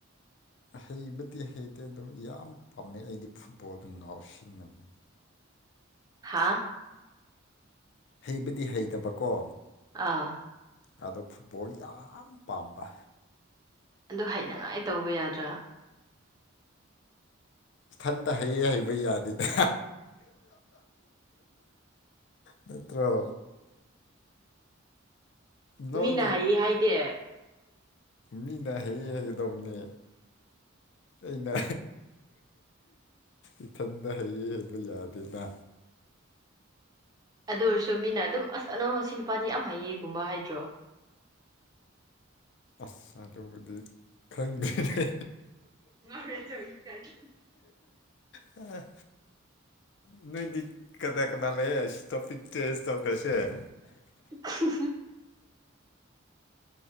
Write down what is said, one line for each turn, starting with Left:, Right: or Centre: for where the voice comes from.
Left: ꯍꯩꯕꯗꯤ ꯍꯩꯇꯦ ꯑꯗꯨꯣ ꯌꯥꯝ ꯄꯥꯝꯃꯦ ꯑꯩꯗꯤ ꯐꯨꯠꯕꯣꯜꯗ ꯉꯥꯎꯁꯤꯟꯅꯕꯅꯤ
Right: ꯍꯥꯥ
Left: ꯍꯩꯕꯗꯤ ꯍꯩꯇꯕꯀꯣ
Right: ꯑꯥ
Left: ꯑꯗꯣ ꯐꯨꯠꯕꯣꯜ ꯌꯥꯝ ꯄꯥꯝꯕ
Right: ꯑꯗꯨ ꯍꯩꯅꯉꯥꯏ ꯇꯧꯕ ꯌꯥꯗ꯭ꯔꯥ
Left: ꯏꯊꯟꯇ ꯍꯩꯌꯦ ꯍꯩꯕ ꯌꯥꯗꯦꯗ ꯅꯠꯇ꯭ꯔꯣ ꯅꯣ
Right: ꯃꯤꯅ
Left: ꯅꯣ
Right: ꯍꯥꯏꯌꯦ ꯍꯥꯏꯗꯦ
Left: ꯃꯤꯅ ꯍꯦꯛ ꯍꯦꯛꯗꯧꯅꯦ ꯑꯩꯅ ꯏꯊꯟꯗ ꯍꯩꯌꯦ ꯍꯩꯕ ꯌꯥꯗꯦꯅ
Right: ꯑꯗꯨ ꯑꯣꯏꯔꯁꯨ ꯃꯤꯅ ꯑꯗꯨꯝ ꯑꯁ ꯑꯅꯧꯁꯤ ꯅꯨꯄꯥꯗꯤ ꯌꯥꯝ ꯍꯥꯏꯌꯦꯒꯨꯝꯕ ꯍꯥꯏꯗ꯭ꯔꯣ
Left: ꯑꯁ ꯑꯗꯨꯕꯨꯗꯤ ꯈꯪꯗꯔꯦ
Right: ꯃꯦꯁꯨ ꯏ ꯀꯔꯤ
Left: ꯑ ꯅꯣꯏꯗꯤꯛ ꯀꯗꯥ ꯀꯂꯦ ꯁꯇꯣꯄꯤꯛꯇ ꯁꯇꯣꯛꯄꯦꯁꯦ
Right: ꯑꯗꯨ